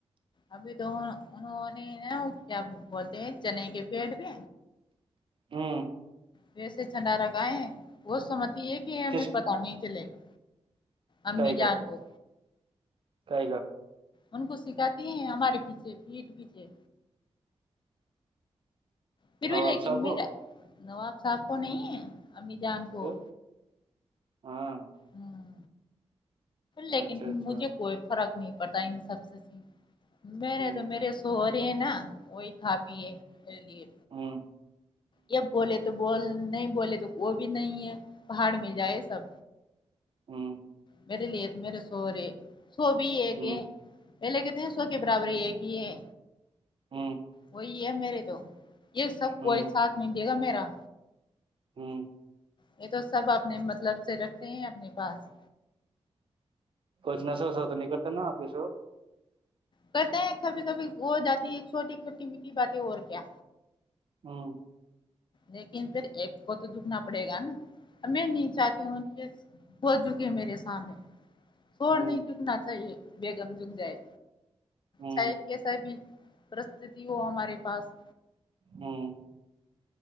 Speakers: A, on the left; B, on the right.
A: ابھی تو انہوں نے نا وہ کیا بولتے ہیں چنے کے پیڑ پہ
B: ہوں
A: ویسے چنڈاگائے ہیں وہ سمجتی ہے کہ ہمیں
B: کس
A: پتا نہیں چلے گا امی
B: سائے
A: جان
B: گر
A: کو
B: کاائے گر
A: ان کو سکھاتی ہیں ہمارے پیچھے پیٹ پیچھے پھر
B: نواب
A: بھی لیکن
B: صاحب کو
A: میرا نواب صاحب کو نہیں ہے امی جان کو
B: پھر ہاں
A: ہاں لیکن
B: اچھا اچھا
A: مجھے کوئی فرق نہیں پڑتا ان سب سے میرے
B: ہوں
A: تو میرے سوہ رہے نا وہی کھا پیے پ لیے
B: ہاں
A: یہب بولے تو بول نہیں بولے تو وہ بھی نہیں ہے پہاڑ میں جائے سب
B: ہاں
A: میرے لیے میرے سو رہے سو بھی ایک
B: ہوں
A: ہے پہلے کہتے ہیں سو کے برابر ہی یہ ایک ہی ہے
B: ہوں
A: وہی ہے میرے تو یہ سب
B: ہوں
A: کوئی ساتھ نہیں دے گا میرا
B: ہوں
A: یہ تو سب اپنے مطلب سے رکھتے ہیں اپنے پاس
B: کچ ن سو سو تو نکتا نا آپ سو
A: کرتے ہیں کبھی کبھی ہو جاتی ہے ایک چھوٹی چھوٹی میٹیھی باتیں اور کیا
B: ہاں
A: لیکن پھر ایک کو تو دکنا پڑے گا نا اب میں نہیں چاہتی ہوں ہو چکے میرے سامنے چڑ
B: ہوں
A: نہیں نہ تھا یہ بیگم جک جائے
B: ہوں
A: س کیسا بھی پرستتی ہو ہمارے پاس
B: ہاں